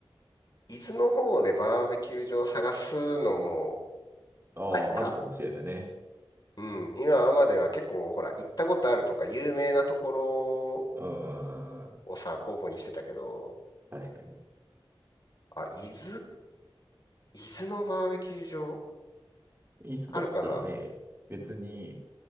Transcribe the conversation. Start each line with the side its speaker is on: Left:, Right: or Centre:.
Left: 伊豆の方でバーベキュー場を探すのも
Right: ああ、
Left: ありか。
Right: ありかもしれないね。
Left: うん。今までは結構、ほら、行ったことあるとか、有名なところ
Right: うん、うんうんうん
Left: をさ、候補にしてたけど、
Right: 確かに。
Left: あ、伊豆、伊豆のバーベキュー場
Right: 伊豆だったらね、
Left: あるかな
Right: 別に、